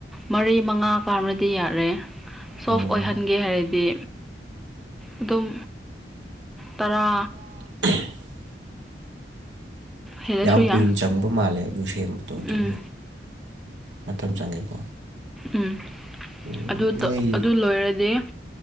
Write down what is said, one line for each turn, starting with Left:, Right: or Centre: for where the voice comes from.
Centre: ꯃꯔꯤ ꯃꯉꯥ ꯀꯥꯝꯅꯗꯤ ꯌꯥꯔꯦ ꯁꯣꯐ
Right: ꯎꯝ
Centre: ꯑꯣꯏꯍꯟꯒꯦ ꯍꯥꯏꯔꯗꯤ ꯑꯗꯨꯝ ꯇꯔꯥ
Right: <unintelligible> <inaudible>
Centre: ꯍꯦꯜꯂꯁꯨ
Right: ꯌꯥꯝ ꯀꯨꯏꯅ
Centre: ꯌꯥꯏ
Right: ꯆꯪꯕ ꯃꯥꯜꯂꯦ ꯑꯗꯨ ꯁꯦꯝꯕꯗꯣ ꯑꯗꯨꯗꯤ
Centre: ꯎꯝ
Right: ꯃꯇꯝ ꯆꯪꯉꯦꯀꯣ
Centre: ꯎꯝ
Right: ꯎꯝ
Centre: ꯑꯗꯨ
Right: ꯅꯣꯏ
Centre: ꯑꯗꯨ ꯂꯣꯏꯔꯗꯤ